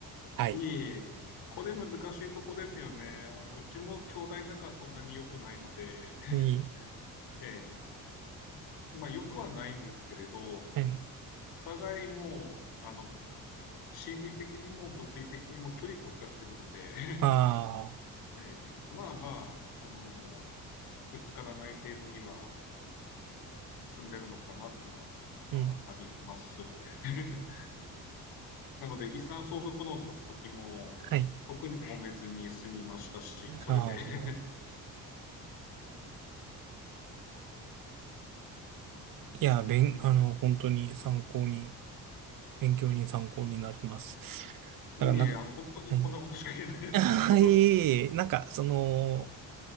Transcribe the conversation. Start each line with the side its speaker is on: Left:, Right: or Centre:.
Right: はい。
Left: え。いえいえ。これ難しいとこですよね。あの、うちも兄弟仲そんなに良くないので、<laughs>
Right: に、
Left: ええ。まあ、良くはないんですけれど、
Right: はい。
Left: お互いもう、あの、心理的にも物理的にも距離取っちゃってるので、<laughs>
Right: ああ、
Left: ええまあまあ、あのぶつからない程度には進んでるのかなっていうのはありますね。
Right: うん、
Left: <laughs> なので、遺産相続の時も、
Right: はい。
Left: 特に揉めずに済みましたし、
Right: ああ、
Left: それで、<laughs>
Right: いや、勉、
Left: うん。
Right: あの、本当に参考に、勉強に参考になります。
Left: いえいえ、
Right: だから、なんか、
Left: あの、本当にこんなことしか言えないですけど、
Right: はい。<laughs> はい。
Left: <laughs>
Right: なんか、その、